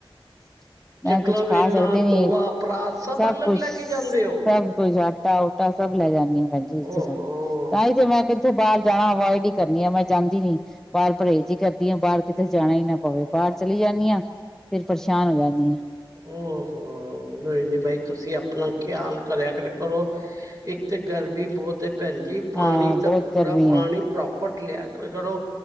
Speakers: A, in the centre; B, on the right.
A: <unintelligible>
B: ਚਕਲਾ
A: ਮੈਂ ਕੁਛ
B: ਵੇਲਣਾ
A: ਖਾ ਸਕਦੀ ਨੀ
B: ਤੋਵਾ ਪਰਾਤ
A: ਸਭ
B: ਅਲੱਗ
A: ਕੁਛ
B: ਲੈ ਕੇ
A: ਸਭ
B: ਜਾਂਦੇ ਹੋ
A: ਕੁੱਛ ਆਟਾ ਉ ਸਭ ਲੈ ਜਾਂਦੀ ਹਾਂ ਭੈਣ ਜੀ ਜਿਥੇ
B: ਓਹੋ
A: ਜਾਣੀ ਤਾਂ ਹੀ ਮੈਂ ਕ ਤ ਬਾਹਰ ਜਾਣਾ ਅਵੋਇਡ ਹੀ ਕਰਨੀ ਆ ਮੈਂ ਜਾਂਦੀ ਨੀ। ਬਾਹਰ ਪਰਹੇਜ਼ ਹੀ ਕਰਦੀ ਹਾ ਬਾਹਰ ਕਿਤੇ ਜਾਣਾ ਹੀ ਨਾ ਪਵੇ ਬਾਹਰ ਚਲੀ ਜਾਂਦੀ ਹਾਂ ਫੇਰ ਪਰੇਸ਼ਾਨ ਹੋ ਜਾਂਦੀ <unintelligible>
B: ਓਹੋ ਨਹੀਂ ਨੀ ਬਾਈ ਤੁਸੀਂ ਆਪਣਾ ਖਿਆਲ ਕਰਿਆ ਕਰ ਕਰੋ ਇੱਕ ਤੇ ਗਰਮੀ ਬਹੁਤ ਐ ਭੈਣ ਜੀ ਪਾਣੀ
A: ਹਾਂ ਬਹੁਤ
B: ਤਾ ਪੂਰਾ
A: ਗਰਮੀ
B: ਪਾਣੀ
A: ਹੈ।
B: ਪ੍ਰੋਪ <unintelligible> ਲਿਆ ਕੋ ਕਰੋ